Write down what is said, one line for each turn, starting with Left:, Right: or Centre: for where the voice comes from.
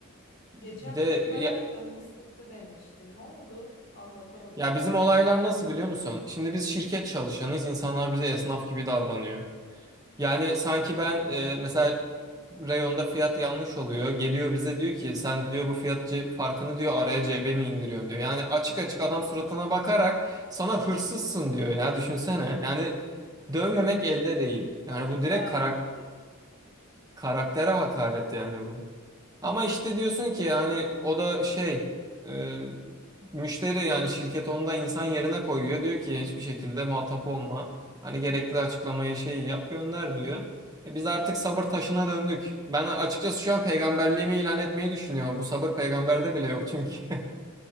Right: Bir
Left: geçen
Right: de
Left: bir bayağı
Right: ya,
Left: canımı sıktı demiştin. Ne oldu? Anlatamadın.
Right: ya
Left: onu.
Right: bizim olaylar nasıl biliyor musun? Şimdi biz şirket çalışanıyız. İnsanlar bize esnaf gibi davranıyor. Yani sanki ben e, mesela reyonda fiyat yanlış oluyor. Geliyor bize diyor ki sen diyor bu fiyat ce- farkını diyor araya cebe mi indiriyorsun diyor. Yani açık açık adam suratına bakarak sana hırsızsın diyor ya düşünsene. Yani dövmemek elde değil. Yani
Left: Ama
Right: bu
Left: cahilce.
Right: direkt karak- karaktere hakaret yani bu. Ama işte diyorsun ki hani o da şey e, müşteri yani şirket onu da insan yerine koyuyor. Diyor ki hiçbir şekilde muhatap olma. Hani gerekli açıklamayı şeyi yap gönder diyor. E biz artık sabır taşına döndük. Ben açıkçası şu an peygamberliğimi ilan etmeyi düşünüyorum. Bu sabır peygamberde bile yok çünkü. <laughs>